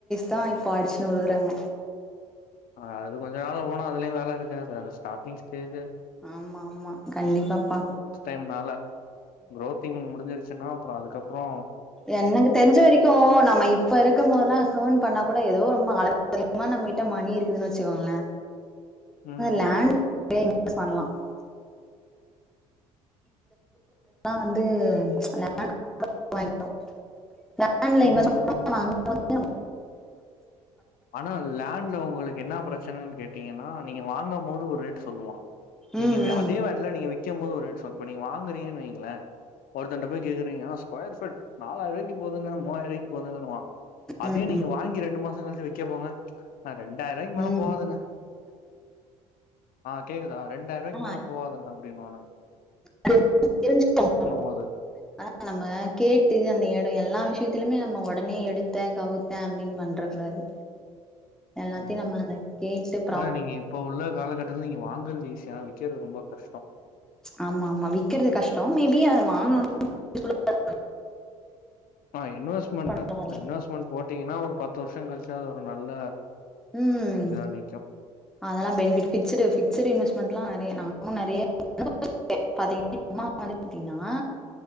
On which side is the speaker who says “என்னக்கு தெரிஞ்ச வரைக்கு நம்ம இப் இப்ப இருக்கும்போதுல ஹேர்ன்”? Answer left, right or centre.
Centre